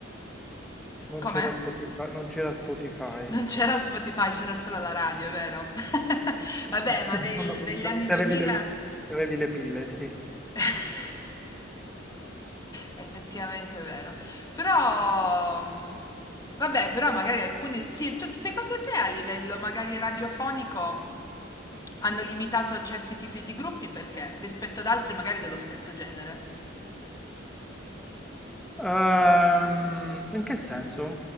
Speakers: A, in the centre; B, on the left.
A: non
B: Come?
A: c'era Spotify, non c'era Spotify.
B: Non c'era Spotify,
A: <laughs>
B: c'era solo la radio, è vero? <laughs>
A: Sì,
B: Vabbè, ma nel-
A: Quando funziona,
B: negli anni
A: se
B: 2000
A: avevi le, se avevi le pile, sì.
B: <laughs> effettivamente è vero. Però mm, vabbè, però magari alcuni sì, tu- secondo te a livello magari radiofonico hanno limitato certi tipi di gruppi perché rispetto ad altri magari dello stesso genere?
A: Ehm, in che senso?